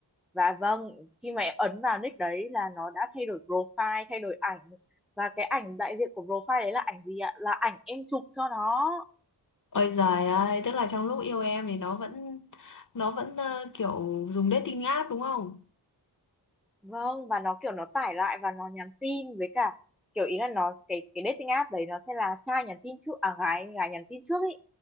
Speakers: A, in the centre; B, on the left.
A: và vâng khi mà em ấn vào nick đấy là nó đã thay đổi profile thay đổi ảnh và cái ảnh đại diện của profile đấy là ảnh gì ạ là ảnh em chụp cho nó
B: ôi giời ơi tức là trong lúc yêu em thì nó vẫn nó vẫn ờ, kiểu dùng dating app đúng không
A: vâng và nó kiểu nó tải lại và nó nhắn tin với cả kiểu ý là nó cái cái dating app đấy nó sẽ là trai nhắn tin trước à gái gái nhắn tin trước ý